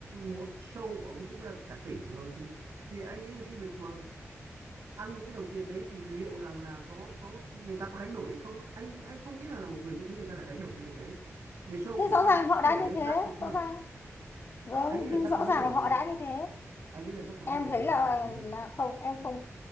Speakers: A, on the right (about 85°); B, on the left (about 50°).
A: một show của ông cũng là cả tỷ rồi thì thì anh nghĩ là cái việc mà ăn những cái đồng tiền đấy thì liệu rằng là có có người ta có đánh đổi hay không anh anh không nghĩ là là một người như thế người ta lại đánh đổi cái việc đấy vì show
B: thế
A: của
B: rõ
A: cái
B: ràng họ
A: cái, cái
B: đã
A: đội
B: như
A: đấy
B: thế
A: đắt cực
B: rõ ràng vâng
A: anh nghĩ là
B: nhưng
A: chắc
B: rõ
A: có vấn
B: ràng
A: đề
B: là họ
A: gì đó
B: đã
A: thôi.
B: như thế
A: anh nghĩ là chắc có
B: em
A: vấn đề
B: thấy
A: gì đó
B: là
A: rồi
B: là không em không